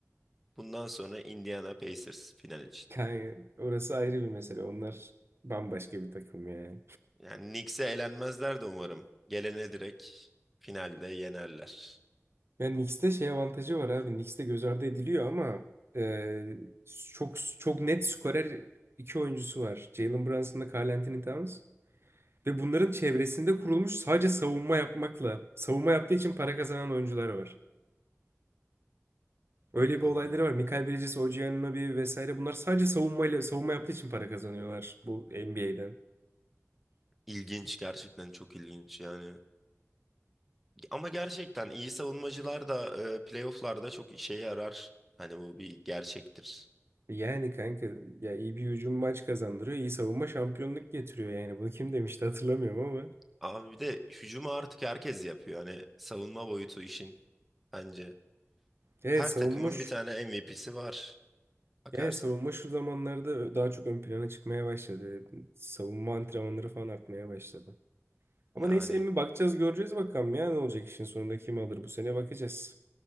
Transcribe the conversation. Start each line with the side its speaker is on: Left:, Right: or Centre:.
Centre: Bundan sonra Indiana Pacers final için.
Right: Kanka orası ayrı bir mesele. Onlar bambaşka bir takım ya.
Centre: Yani Knicks'e elenmezler de umarım. Gelene direkt finalde yenerler.
Right: Yani Knicks'te şey avantajı var abi. Knicks'te göz ardı ediliyor ama e, çok çok net skorer iki oyuncusu var. Jalen Brunson'la Karl Anthony Towns. Ve bunların çevresinde kurulmuş sadece savunma yapmakla, savunma yaptığı için para kazanan oyuncular var.
Centre: Allah
Right: Öyle bir olayları
Centre: Allah.
Right: var. Michael Bridges, OG Anunoby vesaire bunlar sadece savunmayla, savunma yaptığı için para kazanıyorlar bu NBA'den.
Centre: İlginç gerçekten çok ilginç yani. Ama gerçekten iyi savunmacılar da e, playofflarda çok işe yarar. Hani bu bir gerçektir.
Right: Yani kanka ya iyi bir hücum maç kazandırıyor, iyi savunma şampiyonluk getiriyor yani. Bunu kim demişti hatırlamıyorum ama.
Centre: Abi bir de hücumu artık herkes yapıyor. Hani savunma boyutu işin bence.
Right: Evet
Centre: Her
Right: savunma
Centre: takımın bir tane MVP'si var bakarsan.
Right: Yani savunma şu zamanlarda daha çok ön plana çıkmaya başladı. Savunma antrenmanları falan artmaya başladı. Ama
Centre: Yani
Right: neyse emmi bakacağız göreceğiz bakalım ya ne olacak işin sonunda kim alır bu sene bakacağız.